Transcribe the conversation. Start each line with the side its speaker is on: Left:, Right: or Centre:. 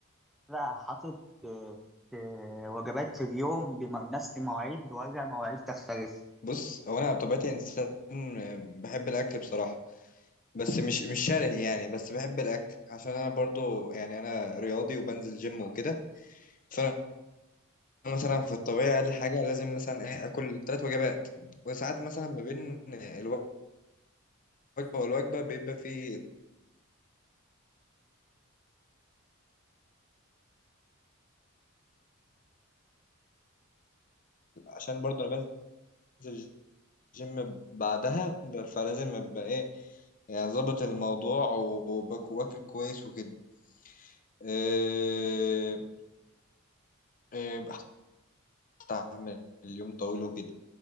Centre: كده حاطط آه، آه، وجبات في اليوم بنفس المواعيد ولا مواعيد تختلف؟
Left: بص هو انا بطبيعتي انسان بحب الاكل بصراحه بس مش مش شره يعني بس بحب الاكل عشان انا برضو يعني انا رياضي وبنزل جيم وكده فانا مثلا في الطبيعه اقل حاجه لازم مثلا ايه اكل ثلاث وجبات وساعات مثلا ما بين الوجبه والوجبه بيبقى في عشان برضو انا بنزل جيم بعدها ب- فلازم ابقى ايه يعني ظابط الموضوع وباك- واكل كويس وكده إيه إيه بستحمل اليوم طويل وكده